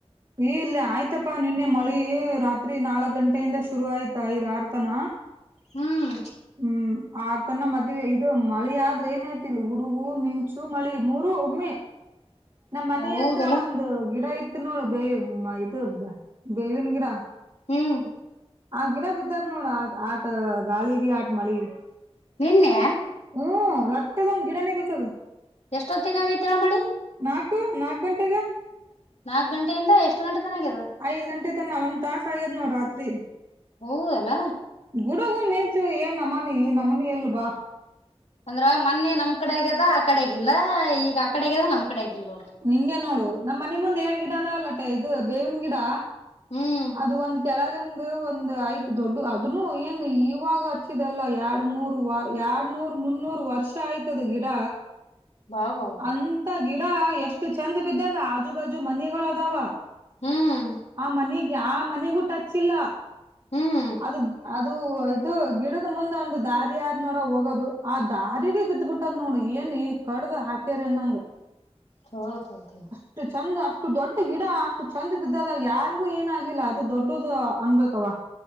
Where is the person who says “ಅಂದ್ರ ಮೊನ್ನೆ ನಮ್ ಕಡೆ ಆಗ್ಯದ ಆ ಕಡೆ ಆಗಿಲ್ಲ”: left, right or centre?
Left